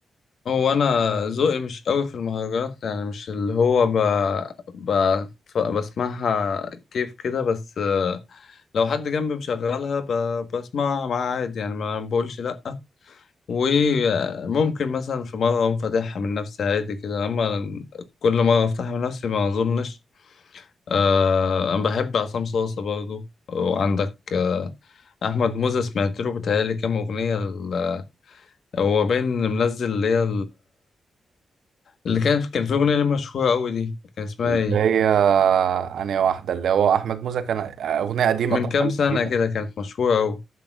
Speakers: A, on the left (about 60°); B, on the right (about 80°).
A: هو انا ذوقي مش قوي في المهرجانات يعني مش اللي هو ب... ب... ف- بسمعها كيف كده بس آه، لو حد جنبي مشغلها ب... بسمعها معاه عادي يعني ما بقولش لا وممكن مثلا في مرة اقوم فاتحها من نفسي عادي كده اما كل مرة افتحها من نفسي ما اظنش آه، انا بحب عصام صاصة برضو وعندك آه، احمد موزة سمعت له بتهيألي كام اغنية ال- هو باين منزل اللي هي اللي كان كان في أغنية ليه مشهورة أوي دي كان اسمها
B: اللي
A: إيه؟
B: هي أنهي واحدة اللي هو أحمد موزة كان أغنية قديمة
A: من
B: طبعا
A: كام سنة
B: جديدة
A: كده كانت مشهورة أوي